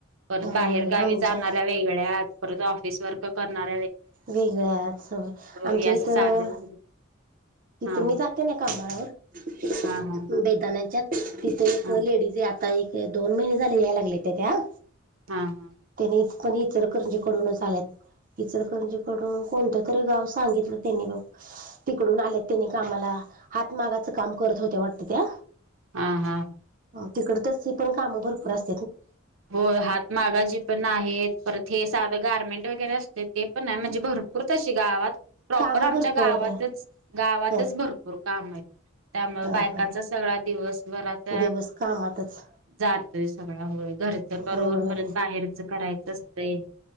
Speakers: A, on the right; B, on the right.
A: परत बाहेर
B: होय
A: गावी
B: आमच्या
A: जाणाऱ्या वेगळ्या परत ऑफिस वर्क करणार
B: वेगळ्याच. आमच्या
A: हे असं
B: इथं
A: साधन
B: इथं
A: हा
B: मी जाते ना कामावर
A: हा हा
B: बेदानाच्यात? तिथे एक
A: हा
B: लेडीज आहे. आता एक दोन महिने झाले याय लागलत्या त्या.
A: हा हां
B: त्याने पण इचरकरंजीकडूनच आल्यात. इचलकंरजीकडून कोणतं तरी गाव सांगितलं त्यांनी बघ तिकडून आल्यात. त्यानी कामला हातमागाच काम करत होत्या वाटत त्या.
A: हम्म हम्म
B: तिकड त्यासनी पण कामं भरपूर अस
A: होय, हात मागा जे पण आहेत पर ते साधं गारमेंट वगैरे असतय. ते पण आहे म्हणजे भरपूर तशी गावात प्रॉपर
B: कामं
A: आमच्या
B: भरपूर
A: गावातच
B: आहेत
A: गावातच
B: ह
A: भरपूर काम. काम आहेत. त्यामुळे
B: हा
A: बायकांचा
B: हा
A: सगळा दिवस बराच
B: दिवस कामातच
A: जातोयच. घरच करून
B: होय
A: परत बाहेरच करायचं असतय.